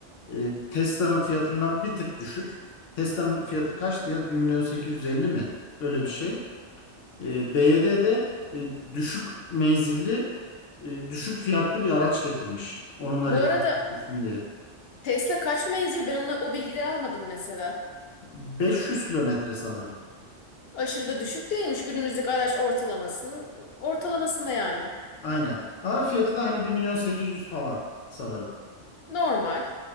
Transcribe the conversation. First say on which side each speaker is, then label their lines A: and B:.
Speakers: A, on the left; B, on the left.
A: E, Tesla'nın fiyatından bir tık düşük. Tesla'nın fiyatı kaçtı ya? bir milyon sekiz yüz elli mi? Öyle bir şey. E, BYD de e, düşük menzilli, e, düşük fiyatlı bir araç getirmiş. Onunla
B: Bu
A: rekabetleşsin
B: arada
A: diye.
B: Tesla kaç menzil? Ben onunla, o bilgileri almadım mesela.
A: 500 kilometre sanırım.
B: Aşırı da düşük değilmiş günümüzdeki araç ortalamasının ortalamasında yani.
A: Aynen. Ama fiyatı da hani bir milyon sekiz yüz falan sanırım.
B: Normal.